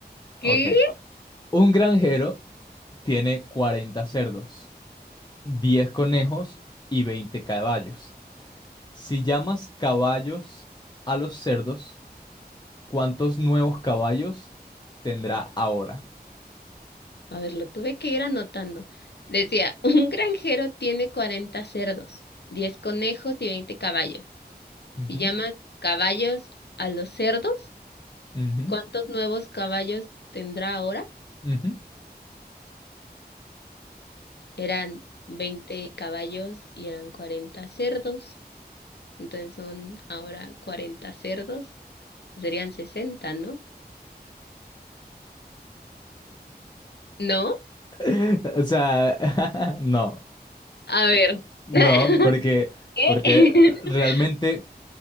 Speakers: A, on the left; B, on the left.
A: ¿Qué?
B: Ok. Un granjero tiene 40 cerdos, 10 conejos y 20 caballos. Si llamas caballos a los cerdos, ¿Cuántos nuevos caballos tendrá ahora?
A: A ver, lo tuve que ir anotando. Decía, un granjero tiene 40 cerdos, 10 conejos y 20 caballos.
B: Ujú,
A: Si llamas caballos a los cerdos,
B: ujú,
A: ¿cuántos nuevos caballos tendrá ahora?
B: ujú.
A: Eran 20 caballos y eran 40 cerdos. Entonces son ahora 40 cerdos. Serían 60, ¿no? ¿No?
B: <laughs> O sea, <laughs> no,
A: A ver.
B: no,
A: <laughs>
B: porque,
A: ¿Qué?
B: porque
A: <laughs>
B: realmente,